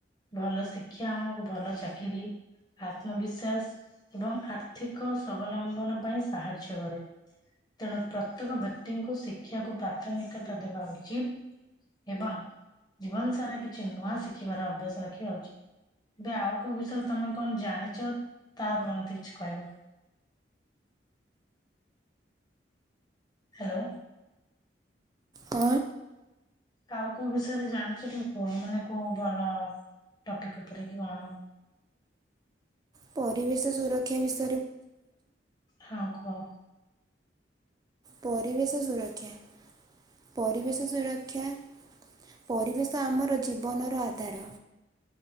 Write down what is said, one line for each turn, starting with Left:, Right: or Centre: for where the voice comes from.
Left: ଭଲ ଶିକ୍ଷା ଆମକୁ ଭଲ ଚାକିରୀ ଆତ୍ମବିଶ୍ୱାସ ଏବଂ ଆର୍ଥିକ ସ୍ୱାବଲମ୍ବନ ପାଇଁ ସାହାଯ୍ୟ କରେ। ତେଣୁ ପ୍ରତ୍ୟେକ ବ୍ୟକ୍ତିଙ୍କୁ ଶିକ୍ଷାକୁ ପ୍ରାଥମିକତା ଦେବା ଉଚିତ। ଏବଂ ଜୀବନ ସାରା କିଛି ନୂଆ ଶିଖିବାର ଅଭ୍ୟାସ ରଖିବା ଉଚିତ। ଏବେ ଆଉ କୋଉ ବିଷୟରେ ତମେ କଣ ଜାଣି ତା ଉପରେ ମୋତେ କିଛି କହିବ। ହାଲୋ।
Right: ହ।
Left: ଆଉ କୋଉ ବିଷୟରେ ଜାଣିଚ ଟିକେ କୁହ ମାନେ କୋଉ ଭଲ ଟପିକ ଉପରେ କି କଣ?
Right: ପରିବେଶ ସୁରକ୍ଷା ବିଷ
Left: ହଁ କୁହ।
Right: ପରିବେଶ ସୁରକ୍ଷା ପରିବେଶ ସୁରକ୍ଷା ପରିବେଶ ତ ଆମର ଜୀବନର ଆଧାର